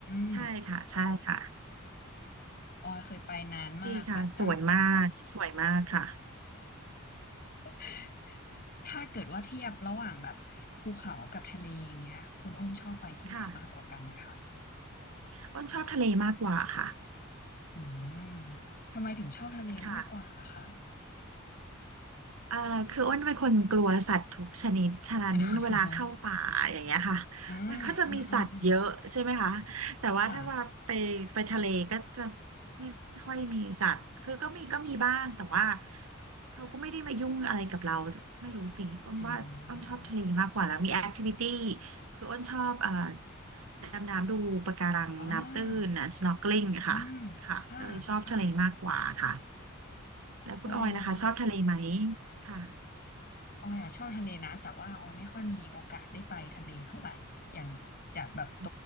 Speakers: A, on the left (about 45°); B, on the right (about 80°).
A: ม
B: ใช่ค่ะใช่ค่ะ
A: ออยเคยไปนานมากละตั้ง
B: ดีค่ะสวยมากสวยมากค่ะ
A: <laughs> ถ้าเกิดว่าเทียบระหว่างแบบภูเขากับทะเลอย่างเงี้ยคุณอ้นชอบไปที่ไหนมากกว่ากันนะคะ
B: ค่ะอ้นชอบทะเลมากกว่าค่ะ
A: อืมทำไมถึงชอบทะเลมากกว่าอะคะ
B: ค่ะ เอ่อคืออ้นเป็นคนกลัวสัตว์ทุกชนิดฉะนั้นเวลาเข้าป่าอย่างเงี้ยค่ะ
A: <laughs> อืมอืมอืมอืม
B: มันก็จะมีสัตว์เยอะใช่ไหมคะแต่ว่าถ้าว่าไปไปทะเลก็จะ
A: ค่ะ
B: ไม่ค่อยมีสัตว์คือก็มีก็มีบ้างแต่ว่าเขาก็ไม่ได้มายุ่งอะไรกับเราไม่รู้สิอ้นว่าอ้นชอบทะเลมากกว่าแล้วมีแอคทิวิตี้
A: อืม
B: คืออ้นชอบเอ่อดำน้ำดูปะการังน้ำตื้นนะ
A: อ๋อ
B: snorkeling
A: อืม
B: อะค่ะค่ะก็เลยชอบทะเลมากกว่าค่ะ
A: ค่ะค่ะ
B: แล้วคุณออยล่ะคะชอบทะเลไหม
A: ออยยัง
B: ค่ะ
A: ออยอ่ะชอบทะเลนะแต่ว่าออยไม่ค่อยมีโอกาสได้ไปทะเลเท่าไหร่อย่างจากแบบโต
B: อื